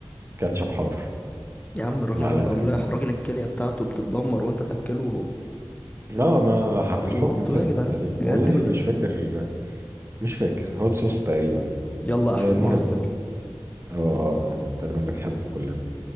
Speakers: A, on the right; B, on the left.
A: كاتشب حار
B: يا عم الراجل
A: معلقة
B: عنده املاح راجل الكليه بتاعته بتتدمر وانت تاكله
A: اه ما ح- الحكم
B: وانتوا
A: كده
B: إيه يا جدعان
A: تقريبا
B: يا
A: والله
B: جدعان تولى
A: مش فاكر مش فاكر هوت صوص تقريبا
B: يلا
A: آه،
B: احسن
A: المهم
B: هو يستاهل
A: اه آه، آه، يعني تقريبا بنحبه كلنا